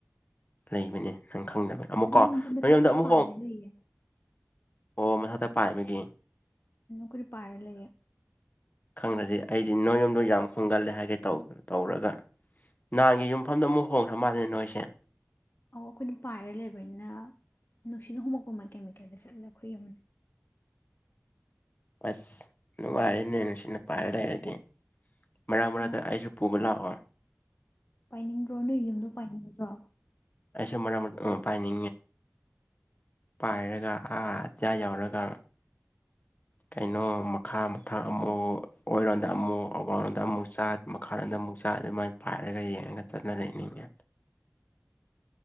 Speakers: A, on the left; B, on the left.
A: ꯂꯩꯕꯅꯦ ꯅꯪ ꯈꯪꯗꯕꯅꯦ
B: ꯑꯩꯈꯣꯏ
A: ꯑꯃꯨꯛꯀꯣ
B: ꯌꯨꯝꯁꯦ ꯃꯊꯛꯇ
A: ꯅꯣꯝꯗ ꯑꯃꯨꯛ
B: ꯄꯥꯏꯔ
A: ꯍꯣꯡ
B: ꯂꯩꯌꯦ
A: ꯑꯣ ꯃꯊꯥꯛꯇ ꯄꯥꯏꯕꯒ
B: ꯀ ꯄꯥꯔ ꯂꯩ <inaudible>
A: ꯈꯪꯗ꯭ꯔꯗꯤ ꯑꯩꯗꯤ ꯅꯣꯏ ꯌꯣꯝꯗ ꯌꯥꯝ ꯍꯣꯡꯒꯜꯂꯦ ꯍꯥꯏꯒꯦ ꯇꯧꯔꯒ ꯅꯍꯥꯟꯒꯤ ꯌꯨꯝꯐꯝꯗ ꯑꯃꯨꯛ ꯍꯣꯡꯈ꯭ꯔ ꯃꯥꯜꯜꯂꯤꯦꯅꯦ ꯅꯣꯏꯁꯦ
B: ꯑꯣ ꯑꯩꯈꯣꯏꯅ ꯄꯥꯏꯔ ꯂꯩꯕꯅꯤꯅ ꯅꯨꯡꯁꯤꯠꯅ ꯍꯣꯡꯃꯛꯄ ꯑꯃ ꯀꯦꯃꯤꯀꯦꯜꯗ ꯆꯠꯂ ꯑꯩꯈꯣꯏ ꯑꯃꯗꯤ
A: ꯑꯁ ꯅ ꯍꯥꯏꯅꯦ ꯅꯨꯡꯁꯤꯅ ꯄꯥꯔ ꯂꯩ ꯍꯥꯏꯗꯤ ꯃꯔꯥꯡ
B: ꯏꯁ
A: ꯃꯔꯛꯇ
B: ꯅꯨꯡꯉꯥꯏꯇꯦ
A: ꯑꯩꯁꯨ ꯄꯨꯕ ꯂꯥꯛꯑꯣ
B: ꯄꯥꯏꯅꯤꯡꯗ꯭ꯔꯣ ꯅꯣꯏ ꯌꯨꯝꯗ ꯄꯥꯏꯅꯤꯡꯗ꯭ꯔꯣ
A: ꯑꯦꯁ ꯃꯔꯥ ꯃ ꯄꯥꯏꯅꯤ ꯄꯥꯏꯔꯒ ꯑꯥ ꯑꯆꯥꯌꯥ ꯌꯥꯎꯔꯒ
B: <unintelligible> <inaudible>
A: ꯀꯩꯅꯣ ꯃꯈꯥ ꯃꯊꯛ ꯑꯃꯨꯛ ꯑꯣꯏꯔꯣꯝꯗ ꯑꯃꯨꯛ ꯑꯋꯥꯡꯔꯣꯗ ꯑꯃꯨꯛ ꯆꯥꯠ ꯃꯈꯥꯔꯣꯗ ꯑꯃꯨꯛ ꯄꯆꯥ ꯑꯗꯨꯃꯥꯏꯅ ꯄꯥꯏꯔꯒ ꯌꯦꯡꯉꯒ ꯆꯠꯅ ꯂꯩꯅꯤꯡꯉꯦ